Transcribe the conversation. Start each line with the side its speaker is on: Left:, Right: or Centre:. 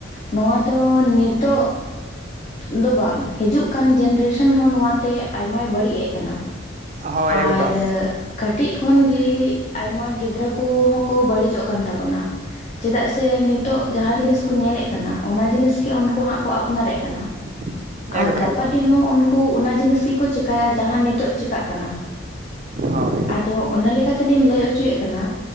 Left: ᱱᱚᱣᱟ ᱫᱚ ᱱᱤᱛᱚᱜᱼᱼ ᱫᱚ ᱵᱟᱝ ᱦᱤᱡᱩᱜ ᱠᱟᱱ ᱡᱱᱟᱨᱮᱥᱚᱱ ᱦᱚᱸ ᱱᱚᱣᱟᱛᱮ ᱟᱭᱢᱟᱭ ᱵᱟᱹᱲᱤᱡ ᱮᱜ ᱠᱟᱱᱟ ᱾
Right: ᱦᱳᱭ ᱮᱠᱫᱚᱢ
Left: ᱟᱨ ᱮ ᱠᱟᱹᱴᱤᱡ ᱠᱷᱚᱱᱜᱮ ᱟᱭᱢᱟ ᱜᱤᱫᱽᱨᱟᱹ ᱠᱚᱦᱚᱸ ᱠᱚ ᱵᱟᱹᱲᱤᱡᱚᱜ ᱠᱟᱱ ᱛᱟᱵᱚᱱᱟ᱾ ᱪᱮᱫᱟᱜ ᱥᱮ ᱱᱤᱛᱚᱜ ᱡᱟᱦᱟᱸ ᱡᱤᱱᱤᱥ ᱠᱚ ᱧᱮᱞᱮᱫ ᱠᱟᱱᱟ ᱚᱱᱟ ᱡᱤᱱᱤᱥ ᱜᱮ ᱩᱱᱠᱩ ᱦᱟᱸᱜ ᱠᱚ ᱟᱯᱱᱟᱨᱮᱫ ᱠᱟᱱᱟ᱾
Right: <unintelligible>
Left: ᱟᱨ ᱜᱟᱯᱟ
Right: ᱮᱠᱫᱚᱢ
Left: ᱫᱤᱱ ᱦᱚᱸ ᱩᱱᱠᱩ ᱚᱱᱟ ᱡᱤᱱᱤᱥ ᱜᱮᱠᱚ ᱪᱮᱠᱟᱭᱟ ᱡᱟᱦᱟᱸ ᱱᱤᱛᱚᱜ ᱪᱮᱠᱟᱜ ᱠᱟᱱᱟ᱾
Right: ᱦᱳᱭ
Left: ᱟᱫᱚ ᱚᱱᱟ ᱞᱮᱠᱟ ᱛᱮᱞᱤᱧ ᱞᱟᱹᱭ ᱦᱚᱪᱚᱭᱮᱫ ᱠᱟᱱᱟ᱾